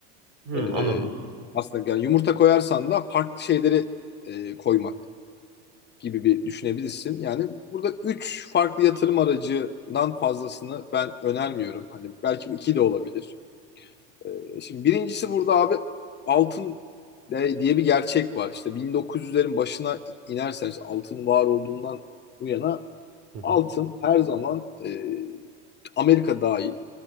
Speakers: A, on the right; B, on the left.
A: Hmm,
B: E,
A: anladım.
B: aslında yani yumurta koyarsan da farklı şeyleri e, koymak gibi bir düşünebilirsin. Yani burada üç farklı yatırım aracından fazlasını ben önermiyorum. Hani belki bu iki de olabilir. Ee, Şimdi birincisi burada abi altın de- diye bir gerçek var. İşte 1900'lerin başına inerseniz altın var olduğundan bu yana
A: <laughs>
B: altın her zaman e, Amerika dahil,